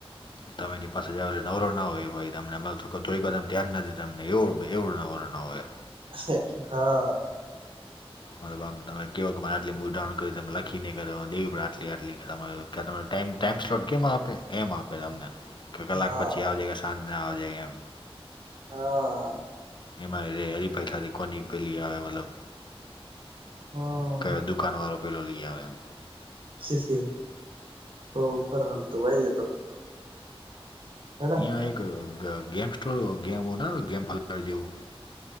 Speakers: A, on the left; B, on the right.
A: તમે એની પાસે જ આવે નવરો ના હોય એ ભાઈ તમને થોડી વાર એમ ધ્યાન નથી તમને એવું બ એવું નવરો ના હોય
B: <unintelligible> હા
A: મારો બામ તમે કેવવા કે મને આટલી મુવી ડાઉનલોડ કરી તમે લખીને કે દેવી પણ આટલી આટલી તમારે ક્યાં ટાઈમ ટાઈમ સ્લોટ કેમ આપે એમ આપે તમને કે કલાક
B: હા
A: પછી આવજ કે સાંજના આવજે એમ
B: હા
A: એમાં રે હરી ફાઈ થતી કોની પેલી આવે મતલબ
B: હમ
A: -કયો દુકાનવારો પેલો લઈ આવે એમ
B: શીખી કરર <unintelligible> હાલ તો વાઈ જ તો હેને
A: આ એક ગ ગેમ સ્ટોર ગેમ બનાવે ગેમ <unintelligible> જેવું